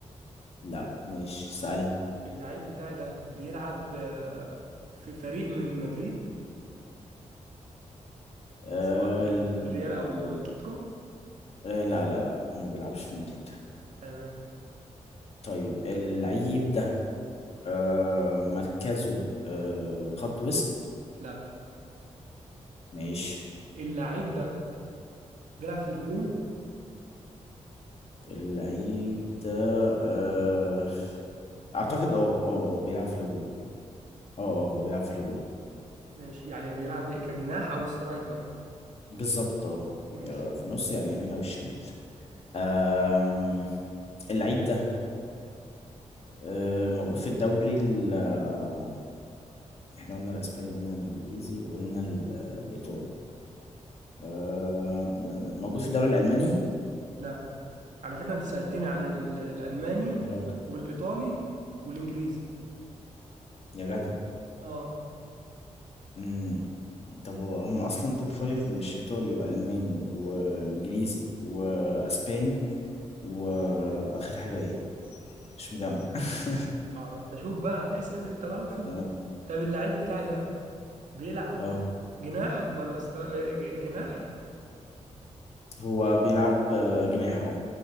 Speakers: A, on the left; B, on the right.
A: لا مش سألني
B: اللعيب بتاعي ده بيلعب آه، في فريق من مدريد
A: آه،
B: سواء آه،
A: ال-
B: الريال او اتلتيكو
A: آه، لا لا لا ما بيلعبش في مدريد
B: تمام
A: طيب اللعيب ده آه، مركزه آه، خط وسط
B: لا
A: ماشي
B: اللعيب ده بيلعب في الهجوم
A: اللعيب ده آه، أعتقد اه اه بيلعب في الهجوم اه اه هو بيلعب في الهجوم
B: ماشي يعني بيلعب كجناح او سترايكر
A: بالظبط اه
B: ماشي
A: في النص يعني اليمين أو الشمال آم، اللعيب ده آه، موجود في الدوري ال- آه، احنا قلنا الاسباني قلنا الانجليزي وقلنا ال- آه، الايطالي آه، آه، موجود في الدوري الالماني
B: لا على فكره انت سالتني عن ال- الالماني
A: يا راجل
B: والايطالي والانجليزي
A: يا جدع
B: اه
A: مم. طب هو هم اصلا توب فايف مش ايطالي والماني وانجليزي واسباني واخر حاجه ايه مش مجمع <laughs>
B: اه انت شوف بقى اسال انت بقى وشوف
A: اه
B: طب اللعيب بتاعي ده بيلعب
A: آه.
B: جناح ولا استر... ج- جناح
A: هو بيلعب آه، جناح اهو